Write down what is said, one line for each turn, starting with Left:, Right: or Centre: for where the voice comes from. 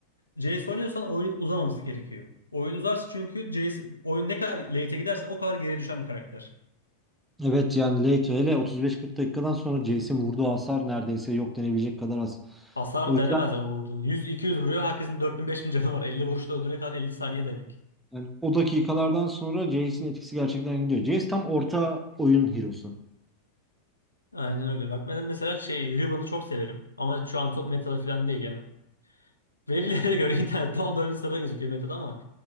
Left: CS oynuyorsan oyunun uzamaması gerekiyor. Oyun uzarsa çünkü CS, oyun ne kadar late'e giderse o kadar geriye düşen bir karakter.
Centre: evet yani late hele 35-40 dakikadan sonra Jayce'in vurduğu hasar neredeyse yok denebilecek kadar az.
Left: Hasar
Centre: O yüzden
Left: denemez o vurduğunu. 100-200 vuruyor. Herkesin 4000-5000 canı var. 50 vuruşla öldürene kadar 50 saniye demek.
Centre: yani o dakikalardan sonra Jayce'in etkisi gerçekten gidiyor. Jayce tam orta oyun hero'su.
Left: Aynen öyle. Bak ben mesela şey Riven'ı çok severim. Ama şu an top meta falan değil yani. Verilere göre <laughs> internette 14. sırada gözüküyor Meta'da ama